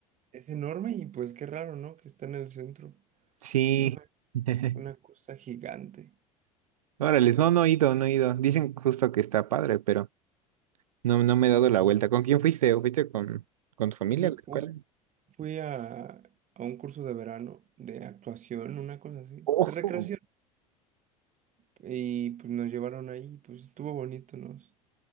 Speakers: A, on the right; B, on the right.
A: Es enorme y pues qué raro, ¿no? Que está en el centro.
B: Sí.
A: No, es
B: <laughs>
A: una cosa gigante.
B: Órale, no, no he ido, no he ido. Dicen justo que está padre, pero no, no me he dado la vuelta. ¿Con quién fuiste? ¿O fuiste con, con tu familia
A: Y Fui,
B: a la escuela?
A: u- fui a, a un curso de verano de actuación, una cosa así,
B: Ojo.
A: de recreación. Y pues nos llevaron ahí, pues estuvo bonito, nos.